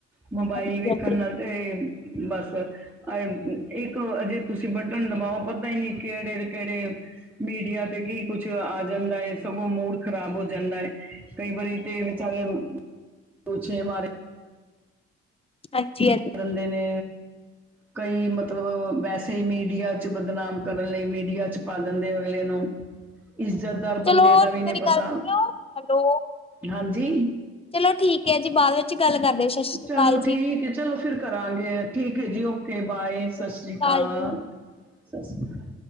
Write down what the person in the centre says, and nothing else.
ਮੋਬਾਇਲ
ਵੇਖਣ ਨਾਲ ਤੇ ਬਸ ਅ ਇੱਕ ਜੇ ਤੁਸੀਂ ਬਟਨ ਦਬਾਓ ਪਤਾ ਹੀ ਨੀਂ ਕਿਹੜੇ-ਕਿਹੜੇ ਮੀਡੀਆ ਤੇ ਕੀ ਕੁਛ ਆ ਜਾਂਦਾ ਏ ਸਗੋਂ ਮੂਡ ਖਰਾਬ ਹੋ ਜਾਂਦਾ ਏ ਕਈ ਬਾਰੀ ਤੇ <unintelligible>
<unintelligible> ਨੇ ਕਈ ਮਤਲਬ ਵੈਸੇ ਹੀ ਮੀਡੀਆ ਚ ਬਦਨਾਮ ਕਰਨ ਲਈ ਮੀਡੀਆ ਚ ਪਾ ਦਿੰਦੇ ਆ ਅਗਲੇ ਨੂੰ ਇੱਜ਼ਤਦਾਰ ਬੰਦੇ
ਦਾ
ਵੀ ਨਹੀਂ ਪਤਾ,
ਹਾਂਜੀ।
ਚਲੋ
ਠੀਕ ਐ ਚਲੋ ਫਿਰ ਕਰਾਂਗੇ ਠੀਕ ਐ ਜੀ ਓਕੇ ਬਾਏ ਸਤਿ
ਸ਼੍ਰੀ
ਕਾਲ।
ਸਤਿ ਸ਼੍ਰੀ ਕਾਲ।